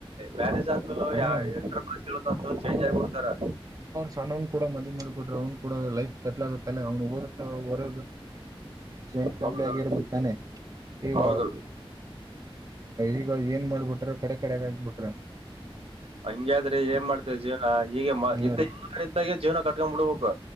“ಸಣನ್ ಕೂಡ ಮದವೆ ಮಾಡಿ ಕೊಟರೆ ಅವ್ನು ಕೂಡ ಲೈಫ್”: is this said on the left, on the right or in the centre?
Right